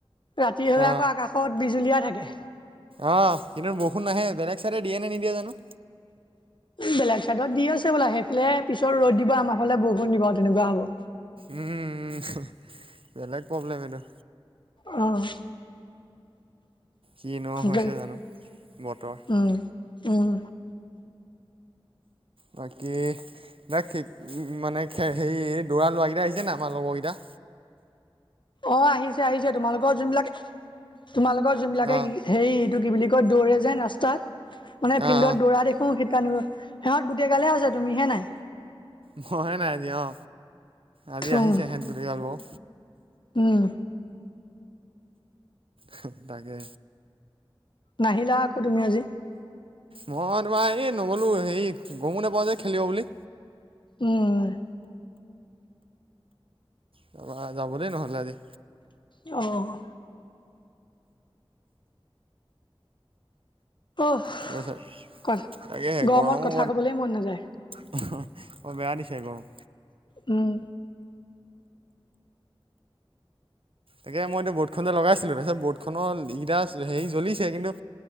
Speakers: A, on the left (about 55°); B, on the right (about 70°).
A: ৰাতি হলে
B: অ
A: আকৌ আকাশত বিজুলীয়া থাকে।
B: অ', কিন্তু বৰষুণ নাহে বেলেগ চাইডে দিয়ে নে নিদিয়ে জানো।
A: বেলেগ চাইডত দি আছে বোলা সেইফালে পিছৰ ৰ'দ দিব আমাৰ ফালে বৰষুণ দিব তেনেকুৱা হ'ব।
B: উম, উম, বেলেগ প্ৰব্লেম এইটো।
A: অ',
B: কিনো
A: সেইটোৱে
B: হৈছে জানো, বতৰ।
A: উম উম,
B: বাকী, <unintelligible> দৌৰা <unintelligible> এতিয়া আহিছে না আমাৰ লগৰকেইটা?
A: অ', আহিছে আহিছে তোমালোকৰ যোনবিলাক, তোমালোকৰ যোনবিলাকে
B: অ
A: হেৰি টো কি বুলি কয় দৌৰে যেন ৰাস্তাত মানে
B: অ
A: ফিল্ডত
B: অ
A: দৌৰা দেখো <unintelligible> <unintelligible> সিহঁত গোটেই গালে আছে তুমিহে নাই।
B: মই নাই আজি অ, আজি
A: উম
B: আহিছে সিহঁত গোটেই গাল বাও।
A: উম,
B: হঁ, তাকে।
A: নাহিলা আকৌ তুমি আজি।
B: মই তোমাৰ এই নগ'লো হেৰি, গমো নোপাওঁ যে খেলিব বুলি।
A: উম,
B: তোমাৰ যাবলে নহ'লে আজি।
A: অ', গৰ
B: তাৰপিছত তাকেহে
A: গৰমত
B: গৰমো
A: কথা ক'বলৈ মন নাযায়।
B: <unintelligible> বৰ বেয়া দিছে গৰম।
A: উম,
B: তাকে মই এতিয়া বৰ্ডখন এ লগাইছিলোঁ তাৰপিছত বৰ্ডখনৰ এইকেইটা হেৰি জ্বলিছে কিন্তু